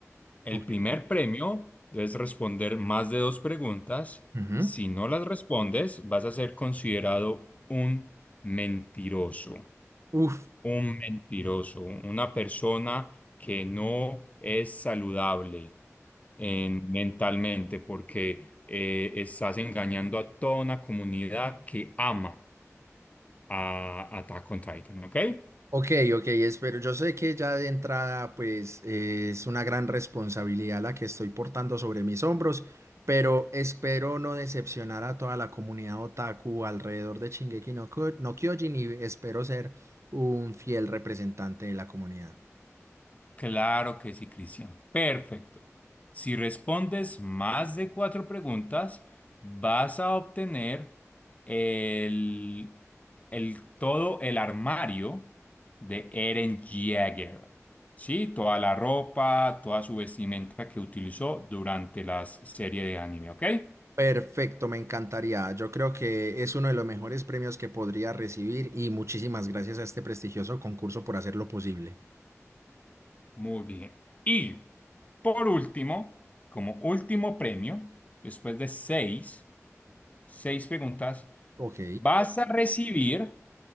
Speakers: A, on the left; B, on the right.
A: El
B: Ok.
A: primer premio, debes responder más de dos preguntas.
B: Ujú.
A: Si no las respondes, vas a ser considerado un mentiroso,
B: Uf.
A: un mentiroso, una persona que no es saludable en- mentalmente porque eh, estás engañando a toda una comunidad que ama a Attack on Titan, ¿ok?
B: Ok, ok, espero. Yo sé que ya de entrada, pues eh, es una gran responsabilidad la que estoy portando sobre mis hombros, pero espero no decepcionar a toda la comunidad otaku alrededor de Shingeki no, Kyo- no Kyojin y espero ser un fiel representante de la comunidad.
A: Claro que sí, Cristian. Perfecto. Si respondes más de cuatro preguntas, vas a obtener el, el- todo el armario de Eren Jaeger. Sí, toda la ropa, toda su vestimenta que utilizó durante la serie de anime, ¿ok?
B: Perfecto, me encantaría. Yo creo que es uno de los mejores premios que podría recibir y muchísimas gracias a este prestigioso concurso por hacerlo posible.
A: Muy bien. Y por último, como último premio, después de seis, seis preguntas,
B: Ok,
A: vas a recibir